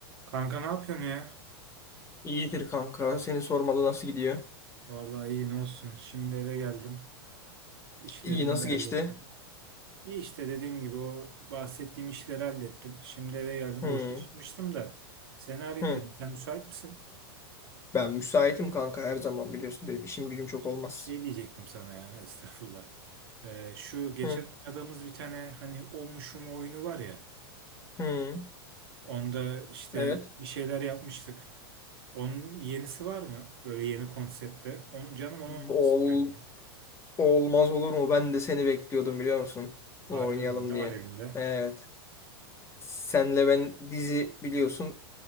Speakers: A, on the right (about 70°); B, on the left (about 20°).
A: Kanka ne yapıyorsun ya?
B: İyidir kanka. Seni sormalı nasıl gidiyor?
A: Vallahi iyi ne olsun. Şimdi eve geldim. İşlerimi
B: İyi nasıl
A: de hallettim.
B: geçti?
A: İyi işte dediğim gibi o bahsettiğim işleri hallettim. Şimdi eve geldim.
B: Hı,
A: Boşa çıkmıştım da seni arayayım
B: hı.
A: dedim. Sen müsait misin?
B: Ben müsaitim kanka her zaman biliyorsun. Benim işim gücüm çok olmaz.
A: Şey diyecektim sana ya <laughs> estağfurullah. Ee, şu geçen
B: Hı,
A: oynadığımız bir tane hani o mu şu mu oyunu var ya.
B: hı.
A: Onda işte
B: Evet.
A: bir şeyler yapmıştık. Onun yenisi var mı? Böyle yeni konsepte. Onu canım onu oynayasım
B: Ol,
A: gelmiyor.
B: olmaz olur mu? Ben de seni bekliyordum biliyor musun?
A: Harbi
B: Bunu oynayalım
A: mi? Ne
B: diye.
A: var elinde?
B: Evet. Senle ben dizi biliyorsun.